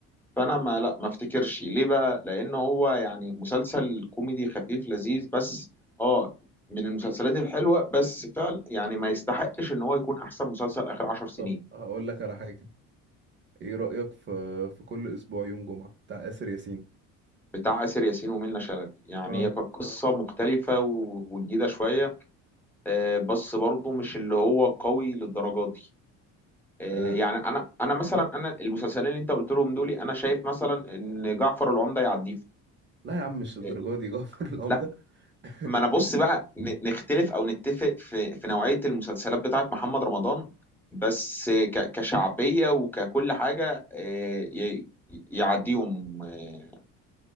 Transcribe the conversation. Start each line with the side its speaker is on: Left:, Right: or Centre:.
Centre: فانا ما لا ما افتكرش ليه بقى لان هو يعني مسلسل كوميدي خفيف لذيذ بس اه من المسلسلات الحلوة بس فعلا يعني ما يستحقش ان هو يكون احسن مسلسل اخر عشر سنين
Right: طب هقول لك على حاجه ايه رايك في في كل اسبوع يوم جمعه بتاع آسر ياسين
Centre: بتاع آسر ياسين ومنة شلبي يعني
Right: اه
Centre: هي كانت قصة مختلفة و- وجديدة شوية آه، بس برضه مش اللي هو قوي للدرجة دي آه،
Right: آه،
Centre: يعني انا انا مثلا انا المسلسلين اللي انت قلت لهم دول انا شايف مثلا ان جعفر العمدة يعديه
Right: لا يا عم مش الدرجه
Centre: إيه،
Right: دي جعفر العمده
Centre: لا
Right: <laughs>
Centre: ما انا بص بقى ن- نختلف او نتفق في في نوعية المسلسلات بتاعت محمد رمضان بس ك- كشعبية وككل حاجة إيه، ي- يعديهم إيه،